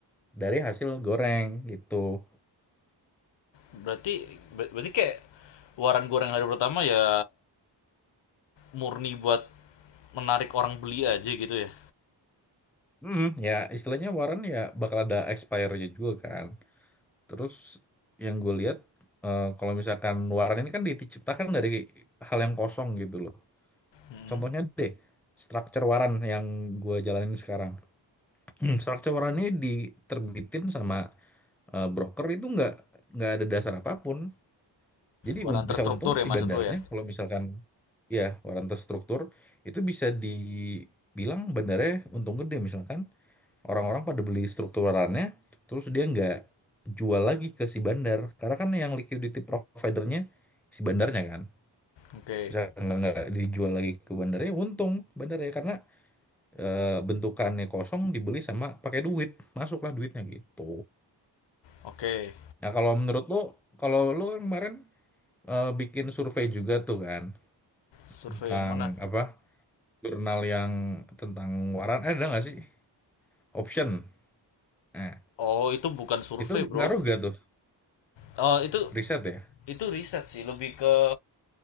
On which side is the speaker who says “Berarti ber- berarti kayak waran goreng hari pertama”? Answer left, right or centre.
Left